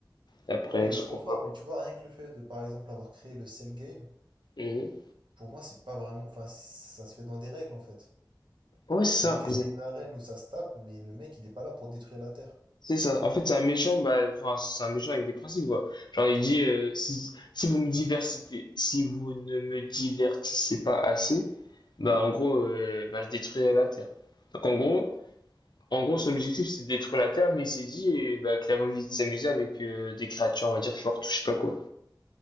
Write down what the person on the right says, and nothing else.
Ouais,
il est
trop
fort, mais
tu vois, rien que le fait de, par exemple, avoir créé le Cell Game,
pour moi, c'est pas vraiment. Enfin, ça se fait dans des règles en fait.
C'est
ok, c'est une arène où ça se tape, mais le mec, il est pas là pour détruire la Terre.